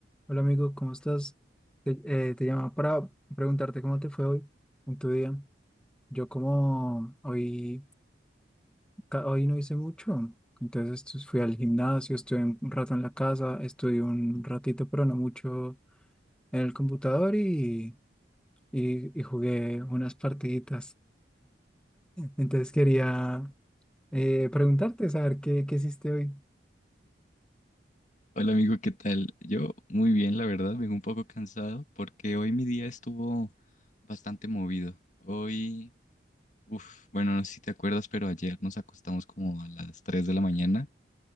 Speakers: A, in the centre; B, on the left.
A: Hola amigo, ¿cómo estás? Te, eh, te llamaba para preguntarte cómo te fue hoy en tu día. Yo como hoy, ca- hoy no hice mucho, entonces estu- fui al gimnasio, estuve un rato en la casa, estudié un ratito, pero no mucho en el computador y, y, y jugué unas partiditas. Entonces quería eh, preguntarte, saber qué, qué hiciste hoy.
B: Hola amigo, ¿qué tal? Yo muy bien, la verdad, vengo un poco cansado porque hoy mi día estuvo bastante movido. Hoy, uff, bueno, no sé si te acuerdas, pero ayer nos acostamos como a las 3 de la mañana.